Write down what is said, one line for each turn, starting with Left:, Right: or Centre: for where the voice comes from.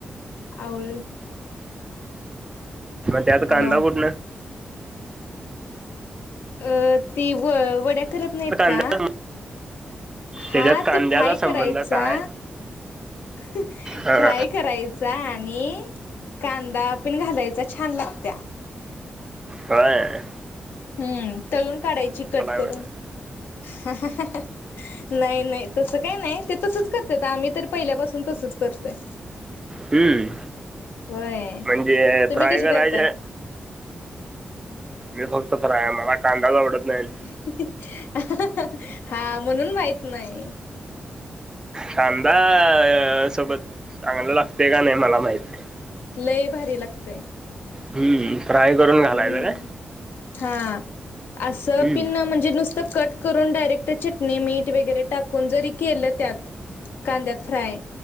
Left: आवळी
Right: मग त्यात
Left: हॅलो
Right: कांदा कुठनं?
Left: अ ती व वड्या करत नाहीत
Right: कांदा
Left: का? हा
Right: त्याच्यात कांद्याचा
Left: ते फ्राय
Right: संबंध
Left: करायचा.
Right: काय
Left: हं
Right: हा
Left: फ्राय करायचा आणि कांदा पण घालायचा छान लागत्या
Right: हाय
Left: हम्म तळून काढायची कट करून
Right: मला
Left: हं-हं-हाहा नाही नाही तसं काही नाही ते तसंच करतेत. 'आम्ही तर पहिल्यापासून तसच करतोय. '
Right: हम्म
Left: होय
Right: म्हणजे
Left: तुम्ही
Right: फ्राय
Left: कशी
Right: करायचे
Left: करताय?
Right: मी फक्त फ्राय मला कांदाच आवडत नाही. आणि
Left: ही ही हाआ हा म्हणून माहीत नाय
Right: कांदाअं अं सोबत चांगलं लागतयं. का नाही मला माहिती नाही.
Left: लय य भारी लागतंय.
Right: हम्म त्राय करून घालायचं
Left: हम्म
Right: काय
Left: हा असं
Right: हम्म
Left: पिन म्हणजे नुस कट करून डायरेक्ट चटणी मीठ वगैरे टाकून जरी केलं त्यात कांद्यात फ्राय